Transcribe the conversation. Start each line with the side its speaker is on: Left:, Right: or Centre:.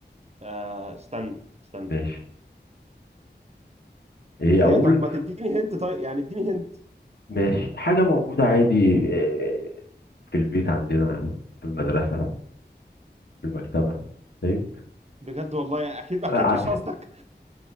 Right: آه... استنى استنى
Left: ماشي ايه
Right: هي
Left: اقول
Right: طب ما تديني هنت طيب يعني اديني هنت
Left: ماشي حاجة موجودة عادي آه، في البيت عندنا في المدرسة في المكتبة فاهم
Right: بجد والله يعني اكيد اكيد
Left: آه،
Right: مش قصدك